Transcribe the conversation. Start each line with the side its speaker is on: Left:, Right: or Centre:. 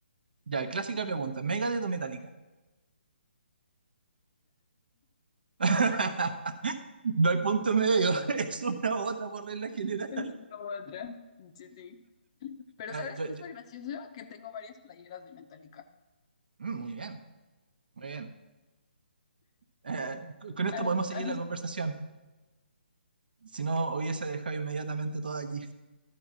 Right: Ya, clásica pregunta. ¿Megadeth o Metallica? <laughs> No hay punto medio. <laughs> Es una u otra por regla general.
Left: Es una u otra. Sí, sí. Pero
Right: Eh,
Left: ¿sabes
Right: yo-
Left: qué es
Right: yo-
Left: lo gracioso? Que tengo varias playeras de Metallica.
Right: mm, muy bien, muy bien. Eh, con esto
Left: ¿Has,
Right: podemos seguir
Left: has
Right: la
Left: es-
Right: conversación. Si no, hubiese dejado inmediatamente todo aquí.